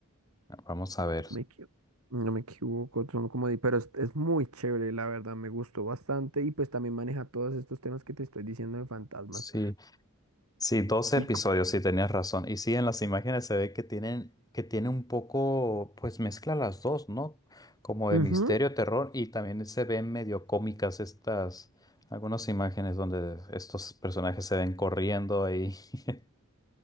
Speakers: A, on the left; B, on the right.
A: Vamos a ver.
B: No me equivoco. No me equivoco, son como, di- pero es, es muy chévere, la verdad, me gustó bastante y pues también maneja todos estos temas que te estoy diciendo de fantasmas.
A: Sí. Sí, 12
B: Y
A: episodios,
B: co-
A: sí, tenías razón. Y sí, en las imágenes se ve que tienen, que tiene un poco, pues mezcla las dos, ¿no? Como de
B: Ujú,
A: misterio, terror, y también se ven medio cómicas estas, algunas imágenes donde estos personajes se ven corriendo ahí. <laughs>